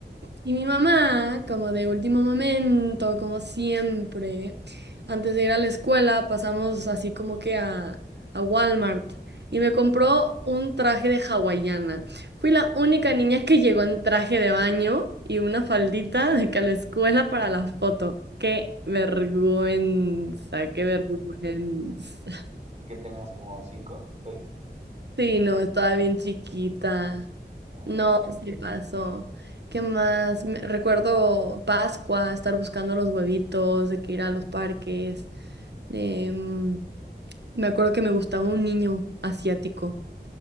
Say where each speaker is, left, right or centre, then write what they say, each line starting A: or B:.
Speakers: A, on the right; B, on the right.
A: Y mi mamá, como de último momento, como siempre, antes de ir a la escuela, pasamos así como que a, a Walmart y me compró un traje de hawaiana. Fui la única niña que llegó en traje de baño y una faldita de que a la escuela para la foto. ¡Qué vergüenza! ¡Qué vergüenza!
B: ¿Y qué tenías como cinco, seis?
A: Sí, no, estaba bien chiquita.
B: Ah,
A: No, sí pasó. ¿Qué más? Me- recuerdo Pascua, estar buscando los huevitos, de que ir a los parques. Em, me acuerdo que me gustaba un niño asiático.